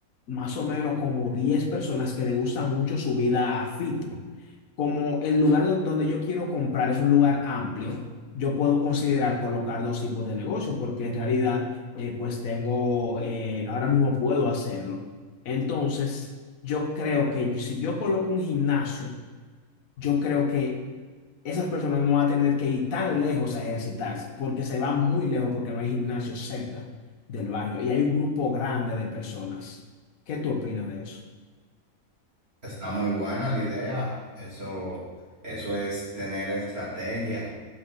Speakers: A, on the left; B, on the right.
A: más o menos como 10 personas que le gusta mucho su vida fit. Como el lugar do- donde yo quiero comprar es un lugar amplio, yo puedo considerar colocar dos tipos de negocio, porque en realidad, eh, pues tengo, eh, ahora mismo puedo hacerlo. Entonces, yo creo que si yo coloco un gimnasio, yo creo que esas personas no van a tener que ir tan lejos a ejercitarse, porque se van muy lejos porque no hay gimnasio cerca del barrio y hay un grupo grande de personas. ¿Qué tú opinas de eso?
B: Está muy buena la idea. Eso, eso es tener estrategia.